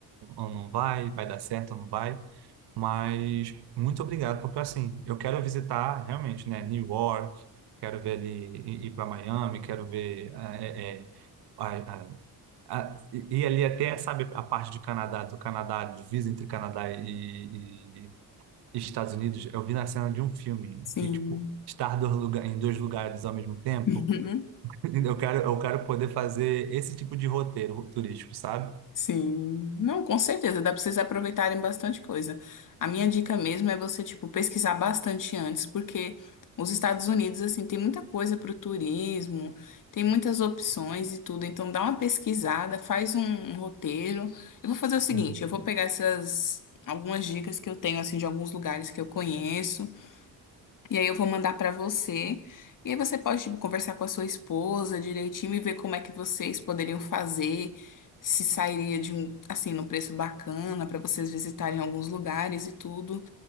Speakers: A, on the right; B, on the left.
A: ou não vai, vai dar certo ou não vai. Mas muito obrigado, porque assim, eu quero visitar realmente, né, New York, quero ver ali, ir para Miami, quero ver, é, é, a- a- a- e e ali até, sabe, a parte de Canadá, do Canadá, divisa entre Canadá e, e Estados Unidos, eu vi na cena de um filme,
B: Sim.
A: que, tipo, estar dois lugar, em dois lugares ao mesmo tempo,
B: <laughs>
A: <laughs> eu quero, eu quero poder fazer esse tipo de roteiro turístico, sabe?
B: Sim, não, com certeza, dá pra vocês aproveitarem bastante coisa. A minha dica mesmo é você, tipo, pesquisar bastante antes, porque os Estados Unidos, assim, tem muita coisa pro turismo, tem muitas opções e tudo. Então, dá uma pesquisada, faz um, um roteiro. Eu vou fazer o seguinte,
A: Uhum.
B: eu vou pegar essas algumas dicas que eu tenho, assim, de alguns lugares que eu conheço. E aí eu vou mandar pra você. E aí você pode, tipo, conversar com a sua esposa direitinho e ver como é que vocês poderiam fazer, se sairia de um, assim, num preço bacana pra vocês visitarem alguns lugares e tudo.